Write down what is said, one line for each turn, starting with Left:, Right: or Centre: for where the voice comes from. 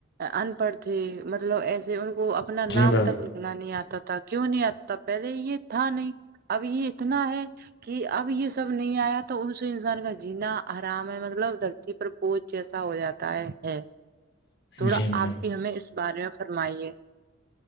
Right: ان پڑھ تھے مطلب ایسے ان کو اپنا نام
Left: جی میم
Right: تک اتنا نہیں آتا تھا کیوں نہیں آتا تھا پہلے یہ تھا نہیں اب یہ اتنا ہے کہ اب یہ سب نہیں آیا تو اس انسان کا جینا آرام ہے مطلب دھرتی پر کوچ جیسا ہو جاتا ہے ام تھوڑا
Left: جی میم
Right: آپ بھی ہمیں اس بارے میں فرمائیے